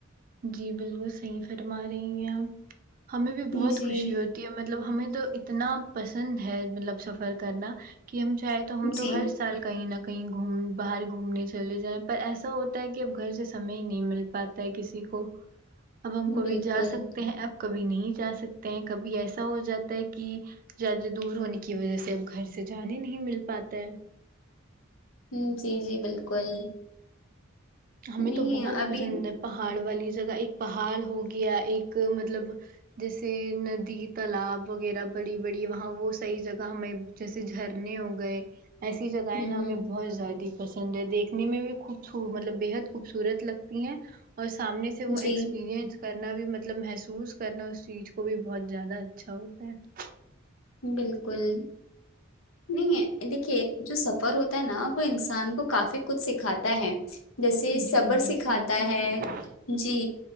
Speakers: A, on the right (about 45°); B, on the left (about 80°).
A: جی بالکل صحیح فرما رہی ہیں آپ ہمیں بھی بہت
B: جی
A: خوشی ہے مطلب ہمیں تو اتنا پسند ہے مطلب سفر کرنا کہ ہم شاید تو ہم تو
B: جی
A: ہر سال کہیں نہ کہیں گھوم باہر گھومنے چلے جائیں پر ایسا ہوتا ہے کہ اب گھر سے سمے ہی نہیں مل پاتا ہے کسی کو اب ہم کبھی
B: بالکل
A: جا سکتے ہیں اب کبھی نہیں جا سکتے ہیں کبھی ایسا ہو جاتا ہے کہ زیادہ دور ہونے کی وجہ سے اب گھر سے جانے نہیں مل پاتا ہے
B: ہم جی جی بالکل
A: ہمیں
B: نہیں
A: تو بہت
B: ابھی
A: پسند ہے پہاڑ والی جگہ ایک پہاڑ ہو گیا ایک مطلب جیسے ندی تالاب وغیرہ بڑی بڑی وہاں وہ صحیح جگہ ہمیں جیسے جھرنے ہو گئے ایسی جگہیں
B: ہ ہ
A: نا ہمیں بہت زیادہ پسند ہے دیکھنے میں بھی خوب صو مطلب بےحد خوبصورت لگ تی ہیں اور سامنے سے وہ ایکسپیرئنس
B: جی
A: کرنا بھی مطلب محسوس کرنا اس چیز کو بھی بہت زیادہ اچھا ہوتا ہے
B: بالکل نہیں ہے دیکھیے جو سفر ہوتا ہے نا وہ انسان کو کافی کچھ سکھاتا ہے جیسے صبر
A: جی جی
B: سکھاتا
A: صحیح کہہ
B: ہے
A: رہی ہیں آپ۔
B: جی